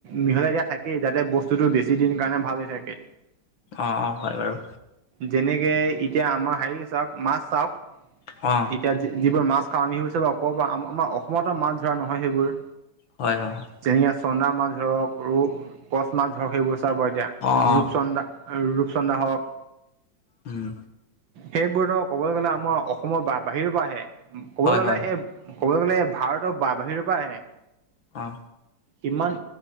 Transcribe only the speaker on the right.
মিহলাই দিয়া থাকেই। যাতে বস্তুটো বেছি দিন কাৰণে ভাল হৈ থাকে।
যেনেকে এতিয়া আমাৰ হেৰি চাওক, মাছ চাওক।
এতিয়া যিবোৰ মাছ খাওঁ আমি, সেইবোৰ চব কৰ পৰা, অসমতো মাছ ধৰা নহয় সেইবোৰ।
যেনেকৈ চন্দা মাছ ধৰক, ৰৌ, কচ মাছ ধৰক, সেইবোৰ চাব এতিয়া,
ৰূপচন্দা
আৰু ৰূপচন্দা হওক
সেইবোৰটো ক'বলৈ গ'লে, আমাৰ অসমৰ বাহিৰ পৰা আহে। কবলৈ
গলে
ক'বলৈ গ'লে, ভাৰতৰ বাহিৰৰ পৰা আহে
সিমান,